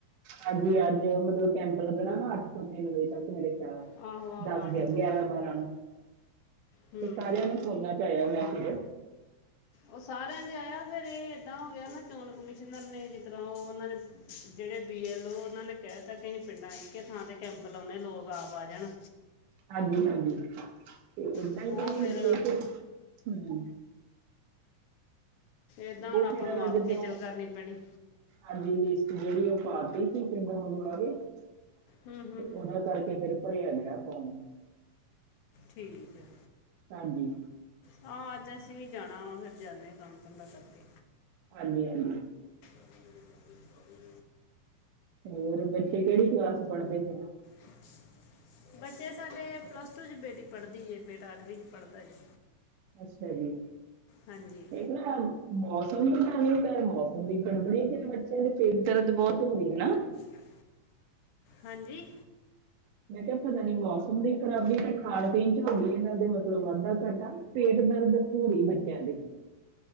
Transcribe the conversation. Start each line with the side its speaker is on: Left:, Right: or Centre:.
Right: ਹਾਂਜੀ ਅੱਜ ਮਤਲਬ ਕੈਂਪ ਲੱਗਣਾ ਨਾ ਅੱਠ ਤੋਂ ਤਿੰਨ ਵਜੇ ਤੱਕ। ਮੇਰੇ। ਖਿਆਲ।
Left: ਆਹੋ ਆਹੋ,
Right: ਦਸ।
Left: ਅੱਠ
Right: ਗਿਆ।
Left: ਤੋਂ
Right: ਗਿਆਰਾਂ। ਬਾਰਾਂ। ਨੂੰ।
Left: ਹੂੰ
Right: ਇਹ। ਸਾਰਿਆਂ। ਨੂੰ। ਸੁੋਣਣਾ। ਚਾਹਹੀਿਆ। ਮੈਂ। ਫਿਰ।
Left: ਉਹ। ਸਾਰਿਆਂ। ਦੇ। ਆਇਆ। ਫਿਰ। ਇਹ। ਏਦਾਂ। ਹੋ। ਗਿਆ। ਨਾ। ਚੋਣ। ਕਮਿਸ਼ਨਰ। ਨੇ। ਜਿਸ। ਤਰ੍ਹਾਂ। ਉਹ। ਉਹਨਾਂ। ਨੇ। ਜਿਹੜੇ ਬੀ ਐਲ ਓ ਉਹਨਾਂ ਨੇ ਕਹਿ ਦਿੱਤਾ ਕਿ ਅਸੀਂ ਪਿੰਡਾਂ ਇੱਕ ਥਾਂ ਤੇ ਕੈਂਪ ਲਾਉਂਣੇ ਲੋਕ ਆ ਆ ਜਾਣ।
Right: ਹਾਂਜੀ ਹਾਂਜੀ ਤੇ ਏਦਾਂ
Left: ਤੇ ਉਹ
Right: ਹੀ
Left: ਫਿਰ
Right: ਹੂੰ।
Left: ਏਦਾਂ ਹੁਣ
Right: ਉਹ ਫਿਰ
Left: ਆਪਾਂ ਨੂੰ ਆਪ
Right: ਜਿੱਦਾਂ
Left: ਖੇਚਲ ਕਰਨੀ ਪੈਣੀ।
Right: ਹਾਂਜੀ ਲਿਸਟ ਜਿਹੜੀ ਉਹ ਪਾ ਤੀ। ਅਸੀਂ ਪਿੰਡੋ ਆਉਂਦੇ ਆ ਗਏ ਤੇ
Left: ਹੂੰ ਹੂੰ
Right: ਉਹਦਾ ਕਰਕੇ ਫਿਰ ਭਰਿਆ ਗਿਆ ਫੌਮ।
Left: ਠੀਕ ਹੈ।
Right: ਹਾਂਜੀ।
Left: ਹਾਂ ਅੱਜ ਅਸੀਂ ਵੀ ਜਾਣਾ ਵਾ ਫੇਰ ਜਾਂਦੇ ਹਾਂ ਕੰਮ ਧੰਦਾ ਕਰਕੇ।
Right: ਹਾਂਜੀ ਹਾਂਜੀ।
Left: ਹੂੰ ਹੂੰ ਹੂੰ।
Right: ਹੋਰ ਬੱਚੇ ਕਿਹੜੀ ਕਲਾਸ 'ਚ ਪੜ੍ਹਦੇ ਪਏ ਨੇ।
Left: ਹੂੰ। ਬੱਚੇ ਸਾਡੇ ਪਲੱਸ ਟੂ 'ਚ ਬੇਟੀ ਪੜ੍ਹਦੀ ਜੇ ਬੇਟਾ ਅੱਠਵੀਂ 'ਚ ਪੜ੍ਹਦਾ ਜੀ।
Right: ਅੱਛਾ ਜੀ।
Left: ਹਾਂਜੀ
Right: ਨਾ ਮੌਸਮ ਤਾਂ ਤਾਂ ਨਹੀਂ ਮੌਸਮ ਦੀ ਗੜਬੜੀ ਤੇ ਬੱਚਿਆਂ ਦੇ ਪੇਟ ਦਰਦ ਬਹੁਤ ਹੋ ਰਹੀ ਹਨਾ।
Left: ਹੈ। ਹਾਂਜੀ।
Right: ਮੈਂ ਕਿਹਾ ਪਤਾ ਨੀ ਮੌਸਮ ਦੀ ਖ਼ਰਾਬੀ ਤੇ ਖਾਣ ਪੀਣ 'ਚ ਹੋ ਹੀ ਜਾਂਦਾ ਮਤਲਬ ਵਾਧਾ ਘਾਟਾ। ਪੇਟ ਦਰਦ ਹੋ ਰਹੀ ਬੱਚਿਆਂ ਦੀ।